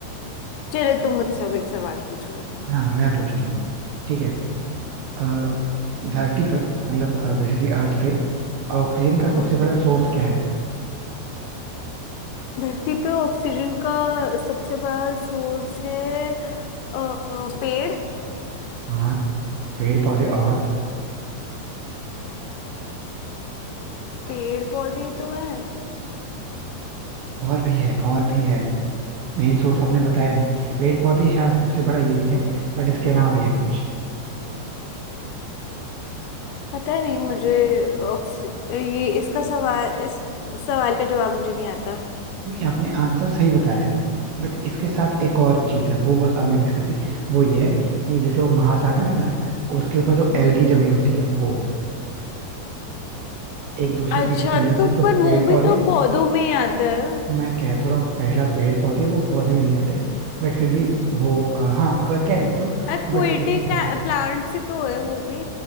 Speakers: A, on the left (about 80°); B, on the right (about 70°).
A: चलो तुम मुझसे अब एक सवाल पूछो
B: हाँ मैं पूछता हूँ ठीक है अ, धरती पर मतलब बेसिकली अर्थ पे ऑक्सीजन का
A: हम्म
B: सबसे बड़ा सोर्स क्या है
A: धरती पे ऑक्सीजन का सबसे बड़ा सोर्स है अ, पेड़
B: हाँ पेड़ पौधे और
A: पेड़ पौधे तो हैं
B: और भी है और भी है मेन सोर्स आपने बताया नहीं पेड़ पौधे हाँ सबसे बड़ा ये भी है बट इसके अलावा भी है कुछ
A: पता नहीं मुझे ऑक्सी ये इसका सवाल इस सवाल का जवाब मुझे नहीं आता
B: नहीं आपने आंसर सही बताया है बट इसके साथ एक और चीज है वो बस आपने मिस कर दी वो ये है कि जैसे वो महासागर है ना उसके ऊपर जो
A: हम्म
B: एल्गी जमी होती है वो एक दूसरे
A: अच्छा
B: एक पहला
A: तो
B: चीज तो
A: पर
B: पेड़
A: वो
B: पौधे
A: भी तो पौधों में ही आता है
B: मैं कह तो रहा हूँ पहला पेड़ पौधे वो पौधे में नहीं आते बट फिर भी वो अ, हाँ कह कह सकते हो
A: एक्वेटिक
B: बट इसके जो
A: प्लांट ही तो है वो भी